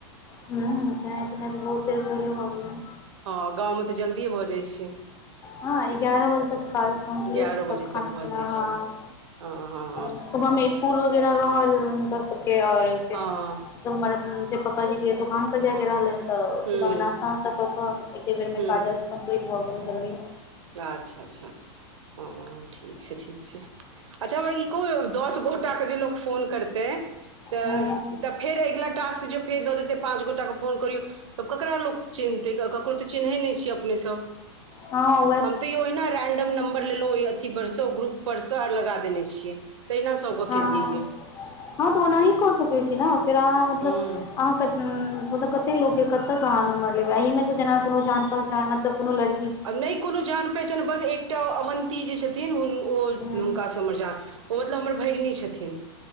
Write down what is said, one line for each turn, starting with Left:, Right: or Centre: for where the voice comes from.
Left: ह कि नय किना तऽ बहुत देरपे भबलै
Right: हँ गाँवमे तऽ जल्दिए भऽ जाइ छै
Left: हँ एगारह बजे तक काज कम्प्लीट
Right: एगारह
Left: सब
Right: बजे
Left: खाना
Right: तक भऽ
Left: पीना
Right: जाइ छै
Left: ह
Right: हँ हँ
Left: ह सुबहमे इसकुल वगैरह रहल हुनका सबके आओर फेर
Right: हँ
Left: त हमर फेर पपाजी के दुकान पर जाय के रहल ह तऽ
Right: ह्म
Left: सुबहमे नास्ता नास्ता कऽ कऽ एके बेरमे
Right: ह्म
Left: काज अइछ छै कम्प्लीट भऽ गेल जल्दी
Right: अच्छा अच्छा ह ठीक छै ठीक छै अच्छा हमरा ई दस गो के जे लोक फोन करतै त
Left: ह
Right: इ त फेर अगिला टास्क जे फेर दऽ देतै पाँच गोटाके फोन करियौ तब ककरा लोक चिन्हतै ककरो तऽ चिन्है नय छियै अपनेसँ
Left: हं
Right: हम तऽ यो न रेंडम नंबर लेलो ओय अथी थी परसँ ओ ग्रुप परसँ आ लगा देने छियै तहिना सबके
Left: हँ
Right: केलियै यऽ
Left: हँ तऽ ओनाही कऽ सकै छी ने फेर अहाँ मतलब
Right: हूँ
Left: अहाँ कत मतलब कते लोग के कते सहा नंबर लेबे एह में जेना कोनो जान पहचान मतलब कोनो लड़की
Right: आ नय कोनो जान पहचान बस एक एकटा अवन्ती जे छथिन ओ
Left: ह
Right: हुनकासँ स <unintelligible> ओ मतलब हमर भगिनी छथिन